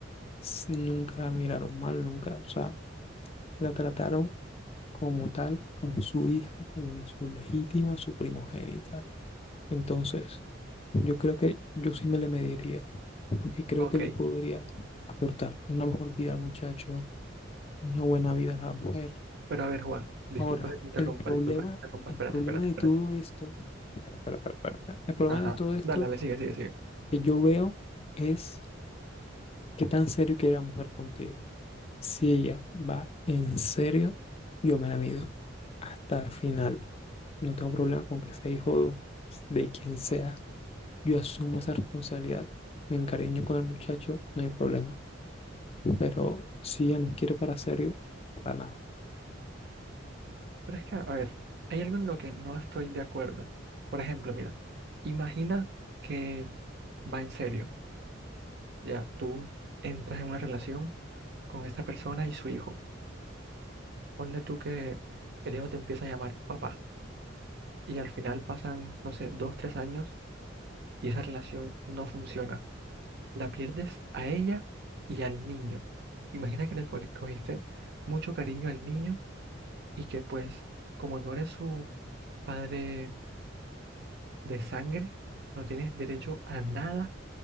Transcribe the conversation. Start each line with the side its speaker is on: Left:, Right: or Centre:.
Left: S- Nunca la miraron mal, nunca, o sea, la trataron como tal, como su hija, como su legítima, su primogénita. Entonces, yo creo que yo sí me le mediría, porque creo
Right: ok.
Left: que le podría aportar una mejor vida al muchacho, una buena vida a la mujer
Right: Pero a ver, Juan, disculpa
Left: Ahora,
Right: que te interrumpa,
Left: el problema,
Right: disculpa que te interrumpa,
Left: el
Right: espérate,
Left: problema
Right: espérate,
Left: de
Right: espérate.
Left: todo esto, para, para, para, para, para, el problema
Right: Ajá,
Left: de todo esto
Right: dale, dale, sigue, sigue, sigue.
Left: que yo veo es qué tan serio quiere la mujer contigo. Si ella va en serio, yo me la mido hasta el final. No tengo problema con que sea hijo de quien sea. Yo asumo esa responsabilidad, me encariño con el muchacho, no hay problema. Pero si ella no quiere para serio, para nada. O
Right: Pero es que, a ver, hay algo en lo que no estoy de acuerdo. Por ejemplo, mira, imagina que va en serio, ya tú entras en una relación con esta persona y su hijo. Ponle tú que el hijo te empieza a llamar papá y al final pasan, no sé, dos, tres años y esa relación no funciona. La pierdes a ella y al niño. Imagina que le co- cogiste mucho cariño al niño y que pues como no eres su padre de sangre, no tienes derecho a nada